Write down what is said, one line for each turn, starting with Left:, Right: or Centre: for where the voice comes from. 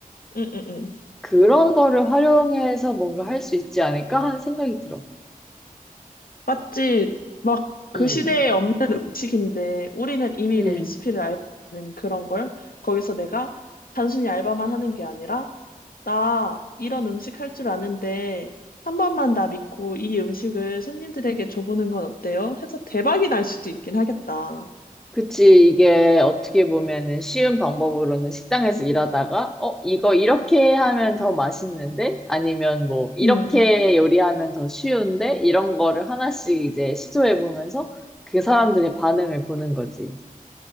Left: 응, 응. 응.
Centre: 그런 거를 활용해서 뭔가 할 수 있지 않을까 하는 생각이 들어.
Left: 맞지? 막 그
Centre: 음,
Left: 시대에 없는 음식인데 우리는 이미
Centre: 음.
Left: 레시피를 알는 그런 걸 거기서 내가 단순히 알바만 하는 게 아니라 나 이런 음식 할 줄 아는데 한 번만 나 믿고 이 음식을 손님들에게 줘보는 건 어때요? 해서 대박이 날 수도 있긴 하겠다.
Centre: 그치, 이게 어떻게 보면은 쉬운 방법으로는 식당에서 일하다가, 어, 이거 이렇게 하면 더 맛있는데? 아니면 뭐, 이렇게
Left: 음,
Centre: 요리하면 더 쉬운데? 이런 거를 하나씩 이제 시도해보면서 그 사람들의 반응을 보는 거지.